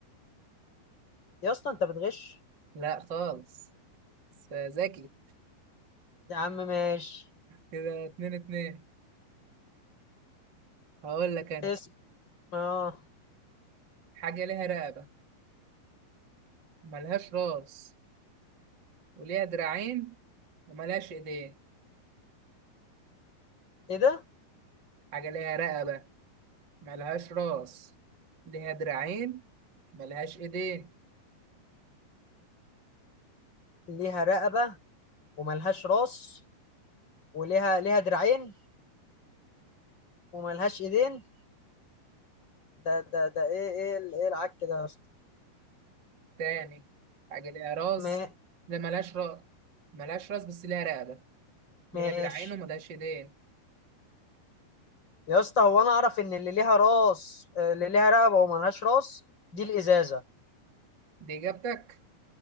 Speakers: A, on the left (about 25°); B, on the right (about 30°).
A: يا اسطى انت بتغش
B: لا خالص بس ذكي
A: يا عم ماشي
B: كده اتنين اتنين هقول لك أنا
A: اسم اه
B: حاجة ليها رقبة ملهاش راس وليها دراعين وملهاش ايدين
A: ايه ده
B: حاجة ليها رقبة ملهاش راس ليها دراعين ملهاش ايدين
A: ليها رقبة وملهاش راس وليها ليها دراعين وملهاش ايدين ده ده ده ايه ايه ال- ايه العك ده يا اسطى
B: تاني حاجة ليها راس
A: ما
B: ده ملهاش راس ملهاش راس بس ليها رقبة ليها
A: ماشي
B: دراعين وملهاش ايدين
A: يا اسطى هو انا اعرف ان اللي ليها راس آه، اللي ليها رقبة وملهاش راس دي الازازة
B: دي اجابتك